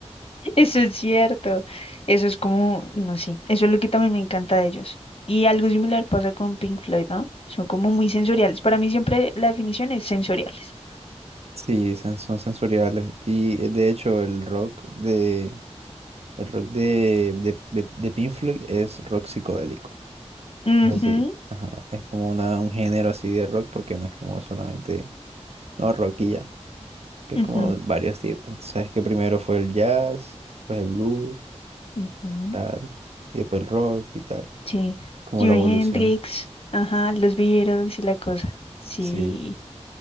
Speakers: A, on the left; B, on the right.
A: Eso es cierto. Eso es como, no sé, eso es lo que también me encanta de ellos. Y algo similar pasa con Pink Floyd, ¿no? Son como muy sensoriales. Para mí siempre la definición es sensoriales.
B: Sí, sen- son sensoriales. Y eh, de hecho el rock de, el rock de, de, de, de Pink Floyd es rock psicodélico.
A: Ujú,
B: Así, ajá, es como una, un género así de rock porque no es como solamente, no, rock y ya. que
A: ujú,
B: como varios tipos. Tú Sabes que primero fue el jazz, pues el blues,
A: ujú.
B: tal, y después el rock y tal,
A: Sí.
B: como
A: Jimi
B: la evolución.
A: Hendrix, ajá, los Beatles y la cosa. Sí,
B: Sí.